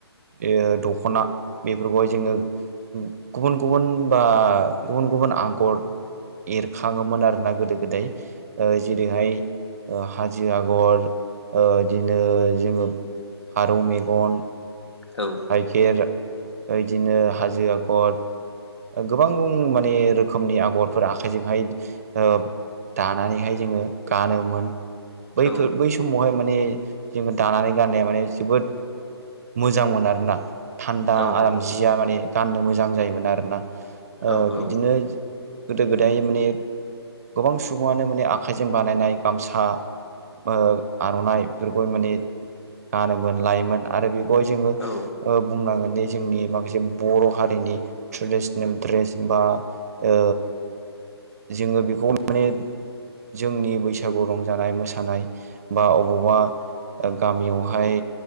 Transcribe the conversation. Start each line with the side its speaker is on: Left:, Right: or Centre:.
Right: जे दखना बेफोरखौहाय जोङो गुबुन गु बुन बा गुबुन गुबुन आगर एरखाङोमोन आरोना गोदो-गोदाय ओ जेरैहाय ओ हाजो आगर ओ बिदिनो जोङो फारौ मेगन
Left: औ
Right: थाइखेर ओ बिदिनो हाजो आगर गोबां माने रोखोमनि आगरफोर आखाइजोंहाय ओ दानानैहाय जोङो गानोमोन। बैफोर
Left: औ
Right: बै समावहाय माने जोङो दानानै गाननाया माने जोबोद मोजां मोन आरोना थान्दा
Left: औ नंगौ
Right: आराम
Left: नोंथां
Right: जिया माने गाननो मोजां जायोमोन आरोना ओ
Left: औ औ
Right: बिदिनो गोदो गोदाय माने गोबां सुबुङानो माने आखाइजों बानायनाय गामसा ओ आर'नाइ बेफोरखौ माने गानोमोन लायोमोन आरो बे बेखौहाय जोङो
Left: औ
Right: ओ बुंनांगोनदि जोंनि माखासे बर' हारिनि ट्रेडसन ड्रेस बा ओ जोङो बेखौ माने जोंनि बैसागु रंजानाय मोसानाय बा अबावबा ओ गामियावहाय